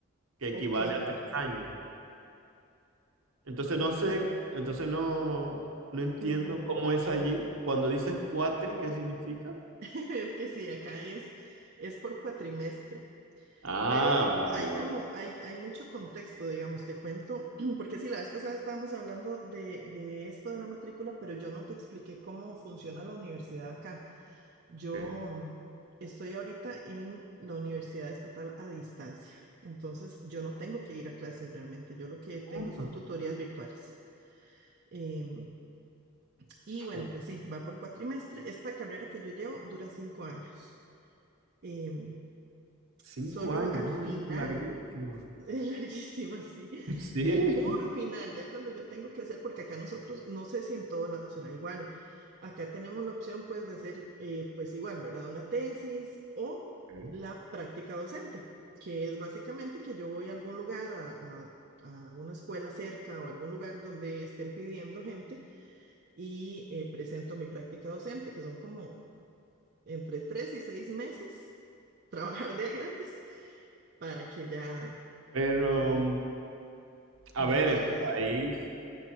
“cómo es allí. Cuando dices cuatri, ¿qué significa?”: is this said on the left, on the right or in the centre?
Right